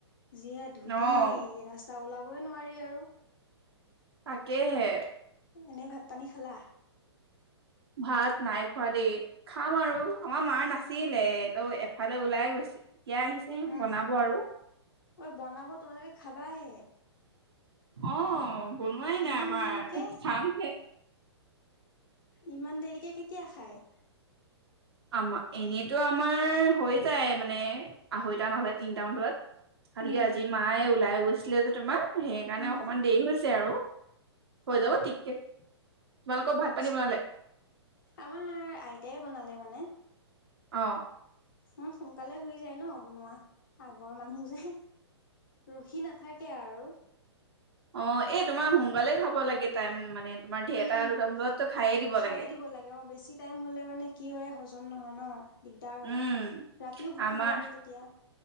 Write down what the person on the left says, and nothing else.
যিহে ধূলি!
ৰাস্তা ওলাবই নোৱাৰি আৰু।
এনেই ভাত-পানী খালা?
উম
ঐ বনাব, তোমালোকে খাবাহে।
ইমান
দেৰিকে
ইমান দেৰিকে কেতিয়া খায়
উম
উম
অ
আচ্ছা
আমাৰ আইতাই বনালে মানে
নহয় সোনকালে শুই যায় ন বনোৱা আগৰ মানুহ যে ৰখি নাথাকে আৰু
উম
খায়ে
দিব লাগে মই বেছি টাইম হ'লে মানে কি হয় হজম নহয় ন দিগদাৰ হয়
ৰাতিও ভোক
নালাগে তেতিয়া